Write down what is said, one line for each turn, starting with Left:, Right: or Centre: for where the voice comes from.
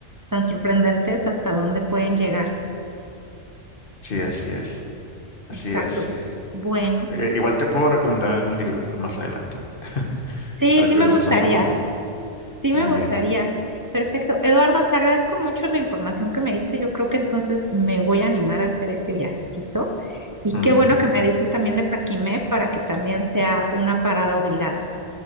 Right: tan sorprendentes hasta dónde pueden llegar.
Left: Sí, así es, así
Right: Exacto.
Left: es. Eh,
Right: Bueno,
Left: eh, igual te puedo recomendar algún libro más adelante. <laughs>
Right: sí,
Left: para
Right: sí
Left: que
Right: me
Left: conozcas
Right: gustaría.
Left: un poco más.
Right: Sí,
Left: Muy
Right: me gustaría.
Left: bien.
Right: Perfecto. Eduardo, te agradezco mucho la información que me diste. Yo creo que entonces me voy a animar a hacer ese viajecito. Y
Left: Ujú.
Right: qué bueno que me dices también de Paquimé para que también sea una parada obligada.